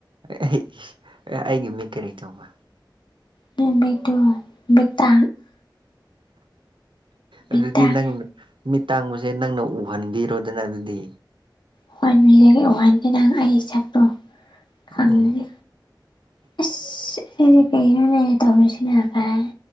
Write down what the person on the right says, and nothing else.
ꯑꯩ ꯑꯩꯒꯤ ꯃꯤ ꯀꯔꯤ ꯇꯧꯕ
ꯑꯗꯨꯗꯤ
ꯅꯪꯅ ꯃꯤꯠ ꯇꯥꯡꯕꯁꯦ ꯅꯪꯅ ꯎꯍꯟꯕꯤꯔꯣꯗꯅ ꯑꯗꯨꯗꯤ
ꯎꯝ